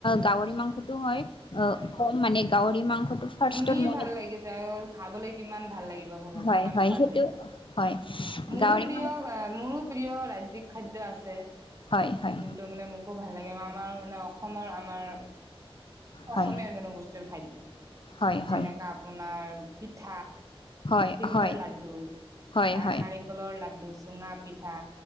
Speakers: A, on the left (about 60°); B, on the right (about 35°).
A: গাহৰি মাংসটো হয় অ' কম মানে গাহৰি মাংসটো ফাৰ্ষ্টত
B: শুনিয়ে
A: মানে
B: ভাল লাগিছে আৰু খাবলৈ কিমান ভাল লাগি <unintelligible>
A: হয়
B: কিমান
A: হয়
B: সোৱাদ
A: সেইটো
B: লাগিব,
A: হয়
B: মোৰো
A: গাহৰি
B: প্ৰিয়
A: মাংস
B: মোৰো প্ৰিয় ৰা খাদ্য আছে,
A: হয় হয়
B: যোনটো মানে মোকো ভাল লাগে এয়া আমাৰ মানে অসমৰ আমাৰ
A: হয়
B: অসমীয়া জনগোষ্ঠীৰ খাদ্য
A: হয়
B: যেনেকা
A: হয়
B: আপোনাৰ পিঠ,
A: হয়
B: তিলৰ
A: হয়
B: লাডু
A: হয়
B: আৰু
A: হয়
B: নাৰিকলৰ লাডু, চুঙা পিঠা,